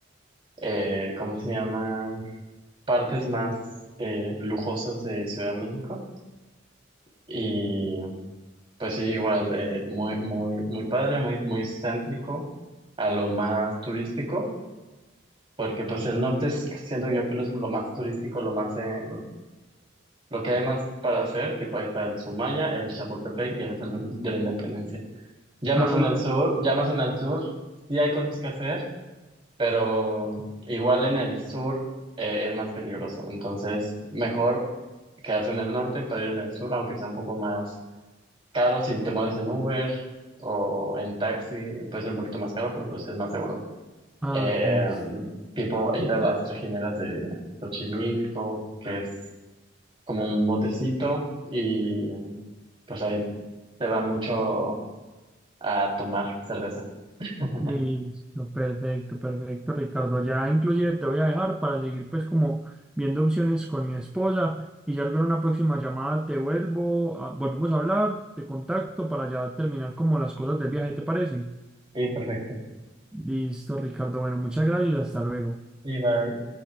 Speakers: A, on the right; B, in the centre.
A: eh, ¿cómo se llama? Partes más eh, lujosas de Ciudad de México. Y pues sí, igual, eh, muy, muy, muy padre, muy, muy céntrico a lo más turístico, porque pues el norte es, siento yo que lo es lo más turístico, lo más... eh, Lo que hay más para hacer, tipo ahí está el Sumaya, el Chapultepec y el Ángel de la Independencia. Ya
B: Ah,
A: más en el sur, ya más en el sur, sí hay cosas que hacer, pero igual en el sur eh, es más peligroso. Entonces, mejor quedarse en el norte para ir en el sur, aunque sea un poco más caro si te mueves en Uber o en taxi, puede ser un poquito más caro, pero pues es más seguro.
B: ah,
A: Eh,
B: listo.
A: tipo ir a las trajineras de Xochimilco, que es como un botecito y pues ahí te va mucho a tomar cerveza. <laughs>
B: Listo, perfecto, perfecto, Ricardo. Ya inclusive te voy a dejar para seguir pues como viendo opciones con mi esposa y ya luego en una próxima llamada te vuelvo, a- volvemos a hablar, te contacto para ya terminar como las cosas del viaje, ¿te parece?
A: Sí, perfecto.
B: Listo, Ricardo. Bueno, muchas gracias, y hasta luego.
A: y bye.